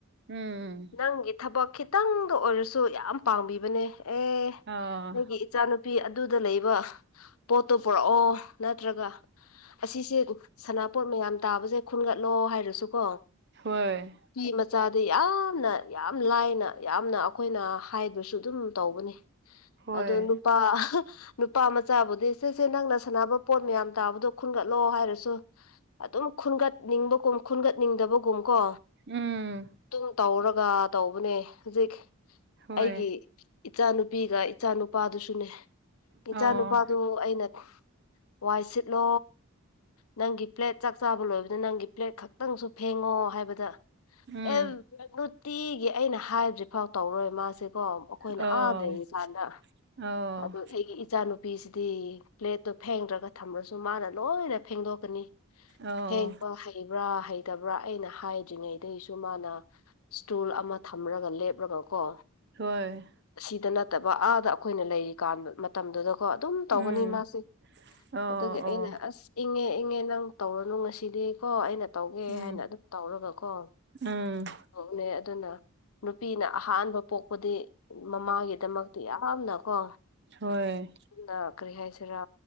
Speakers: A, on the right (about 50°); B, on the left (about 75°).
A: ꯎꯝ
B: ꯅꯪꯒꯤ ꯊꯕꯛ ꯈꯤ ꯇꯪꯗ ꯑꯣꯏꯔꯁꯨ ꯌꯥꯝ ꯄꯥꯡꯕꯤꯕꯅꯦ ꯑꯦ
A: ꯑꯥ
B: ꯑꯩꯒꯤ ꯏꯆꯥꯅꯨꯄꯤ ꯑꯗꯨꯗ ꯂꯩꯕ ꯄꯣꯠꯇꯨ ꯄꯨꯔꯛꯑꯣ ꯅꯠꯇ꯭ꯔꯒ ꯑꯁꯤꯁꯦ ꯁꯅꯥꯄꯣꯠ ꯃꯌꯥꯝ ꯇꯥꯕꯁꯦ ꯈꯨꯟꯒꯠꯂꯣ ꯍꯥꯏꯔꯁꯨꯀꯣ
A: ꯍꯣꯏ
B: ꯐꯤ ꯃꯆꯥꯗꯤ ꯌꯥꯝꯅ ꯌꯥꯝ ꯂꯥꯏꯅ ꯌꯥꯝꯅ ꯑꯩꯈꯣꯏꯅ ꯍꯥꯏꯕꯁꯨ ꯑꯗꯨꯝ ꯇꯧꯕꯅꯤ
A: ꯍꯣꯏ
B: ꯑꯗꯣ ꯅꯨꯄꯥ ꯅꯨꯄꯥ ꯃꯆꯥꯕꯨꯗꯤ ꯁꯦ ꯁꯦ ꯅꯪꯅ ꯁꯥꯟꯅꯕ ꯄꯣꯠ ꯃꯌꯥꯝ ꯇꯥꯕꯗꯣ ꯈꯨꯟꯒꯠꯂꯣ ꯍꯥꯏꯔꯁꯨ ꯑꯗꯨꯝ ꯈꯨꯟꯒꯠꯅꯤꯡꯕꯒꯨꯝ ꯈꯨꯟꯒꯠꯅꯤꯡꯗꯕꯒꯨꯝ ꯀꯣ
A: ꯎꯝ
B: ꯑꯗꯨꯝ ꯇꯧꯔꯒ ꯇꯧꯕꯅꯦ ꯍꯧꯖꯤꯛ
A: ꯍꯣꯏ
B: ꯑꯩꯒꯤ ꯏꯆꯥꯅꯨꯄꯤꯒ ꯏꯆꯥ ꯅꯨꯨꯄꯥꯗꯨꯁꯨꯅꯦ ꯏꯆꯥ
A: ꯑꯣ
B: ꯅꯨꯄꯥꯗꯨ ꯑꯩꯅ ꯋꯥꯏ ꯁꯤꯠꯂꯣ ꯅꯪꯒꯤ ꯄ꯭ꯂꯦꯠ ꯆꯥꯛ ꯆꯥꯕ ꯂꯣꯏꯕꯗ ꯅꯪꯒꯤ ꯄ꯭ꯂꯦꯠ ꯈꯛ ꯇꯪꯁꯨ ꯐꯦꯡꯉꯣ ꯍꯥꯏꯕꯗ
A: ꯎꯝ
B: ꯑꯦ ꯅꯨꯡꯇꯤꯒꯤ ꯑꯩꯅ ꯍꯥꯏꯗ꯭ꯔꯤꯐꯥꯎ ꯇꯧꯔꯣꯏ ꯃꯥꯁꯤꯀꯣ ꯑꯩꯈꯣꯏꯅ
A: ꯑꯣ
B: ꯑꯥ ꯂꯩꯔꯤ ꯀꯥꯟꯗ
A: ꯑꯣ
B: ꯑꯗꯨ ꯑꯩꯒꯤ ꯢ ꯏꯆꯥꯅꯨꯄꯤꯁꯤꯗꯤ ꯄ꯭ꯂꯦꯠꯇꯣ ꯐꯦꯡꯗ꯭ꯔꯒ ꯊꯝꯃ꯭ꯔꯁꯨ ꯃꯥꯅ ꯂꯣꯏꯅ ꯐꯦꯡꯗꯣꯛꯀꯅꯤ
A: ꯑꯣ
B: ꯐꯦꯡꯕ ꯍꯩꯕ꯭ꯔꯥ ꯍꯩꯇꯕ꯭ꯔꯥ ꯑꯩꯅ ꯍꯥꯏꯗ꯭ꯔꯤꯉꯩꯗꯁꯨ ꯃꯥꯅ ꯏꯁꯇꯨꯜ ꯑꯃ ꯊꯝꯔꯒ ꯂꯦꯞꯂꯒ ꯀꯣ
A: ꯍꯣꯏ
B: ꯁꯤꯗ ꯅꯠꯇꯕ ꯑꯥꯗ ꯑꯩꯈꯣꯏꯅ ꯂꯩꯔꯤ ꯀꯥꯟ ꯃꯇꯝꯗꯨꯗꯀꯣ ꯑꯗꯨꯝ ꯇꯧꯒꯅꯤ
A: ꯎꯝ
B: ꯃꯥꯁꯦ
A: ꯑꯣ
B: ꯑꯗꯨꯒꯤ
A: ꯑꯣ
B: ꯑꯩꯅ ꯑꯁ ꯏꯪꯉꯦ ꯏꯪꯉꯦ ꯅꯪ ꯇꯧꯔꯅꯨ ꯉꯁꯤꯗꯤꯀꯣ ꯑꯩꯅ ꯇꯧꯒꯦ
A: ꯎꯝ
B: ꯍꯥꯏꯅ ꯑꯗꯨꯝ ꯇꯧꯔꯒꯀꯣ
A: ꯎꯝ
B: ꯇꯧꯕꯅꯦ ꯑꯗꯨꯅ ꯅꯨꯄꯤꯅ ꯑꯍꯥꯟꯕ ꯄꯣꯛꯄꯗꯤ ꯃꯃꯥꯒꯤꯗꯃꯛꯇꯤ ꯌꯥꯝꯅꯀꯣ
A: ꯍꯣꯏ
B: ꯅ ꯀꯔꯤ ꯍꯥꯏꯁꯤꯔꯥ